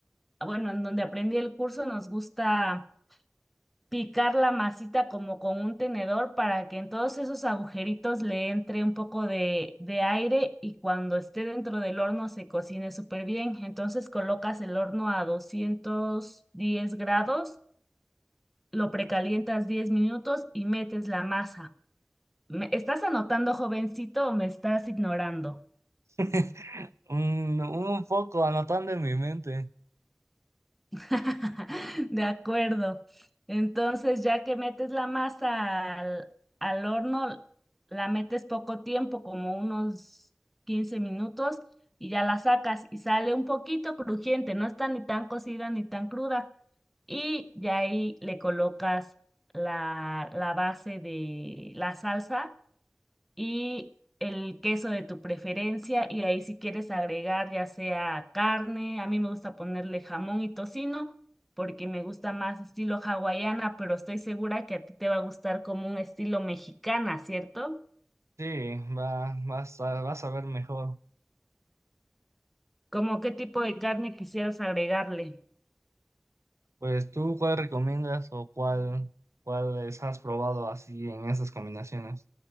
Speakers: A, in the centre; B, on the right (about 85°).
A: bueno, en donde aprendí el curso, nos gusta picar la masita como con un tenedor para que en todos esos agujeritos le entre un poco de, de aire y cuando esté dentro del horno se cocine súper bien. Entonces colocas el horno a 210 grados, lo precalientas 10 minutos y metes la masa. ¿Me estás anotando, jovencito, o me estás ignorando?
B: <laughs> Un, un poco anotando en mi mente.
A: <laughs> De acuerdo. Entonces, ya que metes la masa al, al horno, la metes poco tiempo, como unos 15 minutos, y ya la sacas y sale un poquito crujiente, no está ni tan cocida ni tan cruda. Y ya ahí le colocas la, la base de la salsa y el queso de tu preferencia y ahí si quieres agregar ya sea carne, a mí me gusta ponerle jamón y tocino porque me gusta más estilo hawaiana, pero estoy segura que a ti te va a gustar como un estilo mexicana, ¿cierto?
B: Sí, va, vas a, vas a ver mejor.
A: ¿Cómo qué tipo de carne quisieras agregarle?
B: Pues tú, ¿cuál recomiendas o cuál, cuáles has probado así en esas combinaciones?